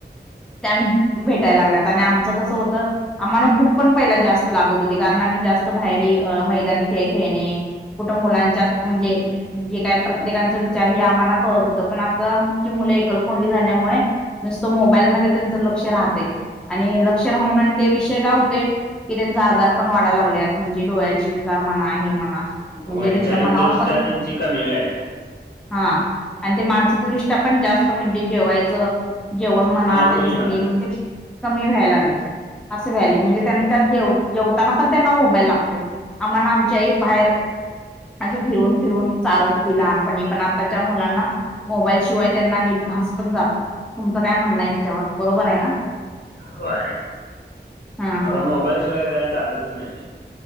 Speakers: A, in the centre; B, on the left.
A: त्या भेटायला लागल्यात आणि आमचं कसं होतं आम्हाला भूक पण पहिला जास्त लागतं होती कारणम जास्त बाहेर मैदानी खेळ खेळणे कुठं मुलांच्या म्हणजे?.. जे काय प्रत्येकचा विचार हे आम्हाला कळत होतं पण आताची मुले एकल कोंडी झाली. मुळे न मोबाईल म त्यांच लक्ष राहते. आणि लक्ष राहून आणि ते विषय काय होतेय की त्यांचा आजार.. पण वाडा लागल्यात म्हणजे डोळ्याचे विकार म्हणा आहे म्हणा.
B: वैचारिक
A: म्हणजे त्यांच्या मनावर
B: दृष्ट्या
A: पण
B: त्यांची कमी व्हायला
A: हा.. आणि ते मानसिकदृष्ट्या पण जास्त म्हणजे जेवायचं.. जेवण म्हणा
B: स्ट्रॉंग
A: त्यांचं
B: विनात
A: हे म्हणजे.. कमी व्हायला लागले. असं व्हाय म्हणजे त्यांच्या जे जेव.. ताना पण त्यांना मोबाईल लागतोय. आम्हाला आमच्याही बाहेर.. म्हे फिरून फिरून चालत होती लहानपणी पण आताच्या मुलांना.. मोबाईल शिवाय त्यांना एक घास पण जात नाही तुमचं काय म्हणणं याच्यावर? बरोबर आहे ना.
B: होय
A: हा.
B: आता मोबाईलशिवाय काय चालतच नाही.